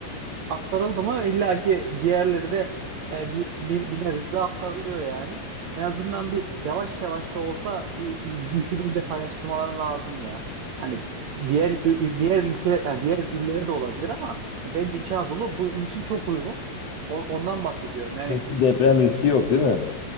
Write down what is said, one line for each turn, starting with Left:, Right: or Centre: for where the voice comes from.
Right: aktarıldı mı illa ki diğerleri de e, bir, bir, bir nebze aktarılıyor yani. En azından bir yavaş yavaş da olsa bir yükü bence paylaştırmaları lazım ya. Hani diğer diğer ülke yani diğer illere de olabilir ama bence İç Anadolu bunun için çok uygun. O- Ondan bahsediyorum. Yani
Left: Çünkü deprem riski yok değil mi?